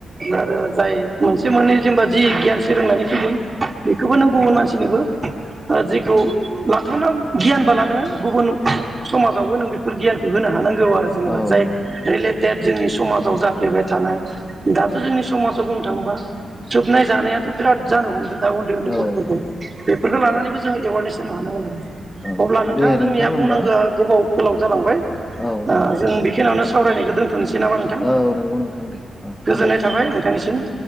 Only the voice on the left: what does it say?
औ
नंगौ नोंथां
औ
नंगौ नोंथां
औ
दे
होमबा
औ
नंगौ
औ नंगौ नोंथां दे औ
हामबायसै
नोंथां
औ